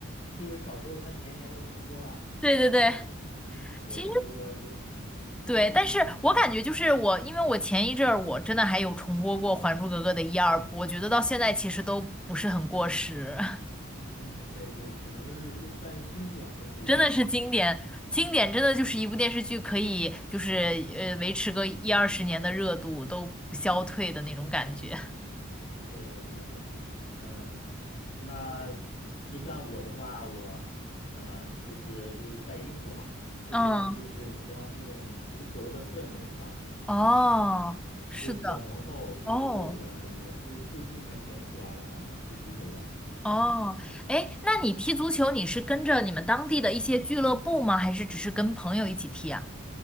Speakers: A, on the left; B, in the centre.
A: 就是小时候它年年都重播嘛，
B: 对对对，
A: 对，
B: 其实
A: 所以说就会看，
B: 对，但是我感觉就是我，因为我前一阵儿我真的还有重播过《还珠格格》的一二部，我觉得到现在其实都不是很过时，<laughs>
A: 嗯对对，可能就是算是经典和回忆吧，
B: 真的是经典，经典真的就是一部电视剧可以就是呃维持个一二十年的热度都不消退的那种感觉。
A: 嗯。对对对，嗯，那就像我的话，我呃，就是就是在英国嘛，这边就是你知道那种足球的氛围是吧，
B: <laughs> 嗯，哦，是的，
A: 就比较浓厚，所以说我也是最近才捡起来想要踢足球的。
B: 哦哦，哎，那你踢足球你是跟着你们当地的一些俱乐部吗？还是只是跟朋友一起踢啊？